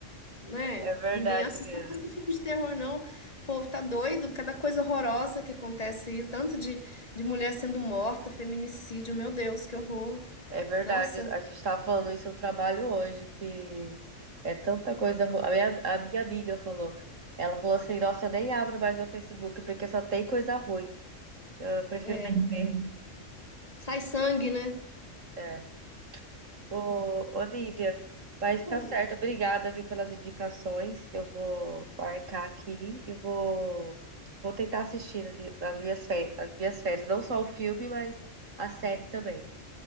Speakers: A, on the left; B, on the right.
A: né?
B: é verdade
A: Ninguém assusta
B: mesmo.
A: mais com filme de terror, não. O povo tá doido, cada coisa horrorosa que acontece aí, o tanto de, de mulher sendo morta, feminicídio, meu Deus, que horror.
B: É verdade,
A: Nossa,
B: a gente estava falando isso no trabalho hoje, que é tanta coisa. ru- A minha, a minha amiga falou, ela falou assim, nossa, eu nem abro mais meu Facebook porque só tem coisa ruim. Eu prefiro
A: é,
B: nem ver.
A: sai sangue, né?
B: É. Ô, ô, Nívia, mas
A: Ui.
B: tá certo, obrigada, viu, pelas indicações. Eu vou marcar aqui e vou, vou tentar assistir nas minhas férias, nas minhas férias, não só o filme, mas a série também.